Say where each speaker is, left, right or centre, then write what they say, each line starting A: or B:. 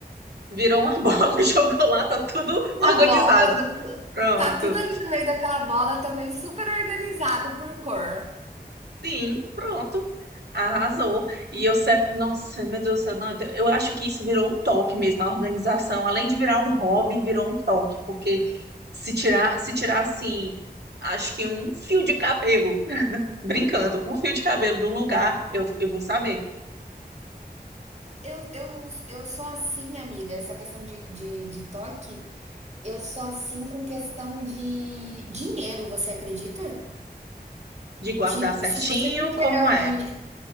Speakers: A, on the right; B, on the right.
A: virou uma <laughs> bola de chocolate, tá tudo organizado.
B: na bola, tá tu-
A: Pronto.
B: tá tudo ali no meio daquela bola também, super organizado por cor.
A: Sim, pronto. Arrasou. E eu, se- nossa, meu Deus do céu, não, eu eu acho que isso virou um toque mesmo, a organização. Além de virar um hobby, virou um toque, porque se tirar, se tirar assim, acho que um fio de cabelo, <laughs> brincando, um fio de cabelo do lugar, eu, eu vou saber
B: Eu, eu, eu sou assim, amiga, essa questão de, de, de toque, eu sou assim com questão de dinheiro, você acredita?
A: de guardar
B: Tipo,
A: certinho
B: se você me entregar
A: como é.
B: o dinheiro.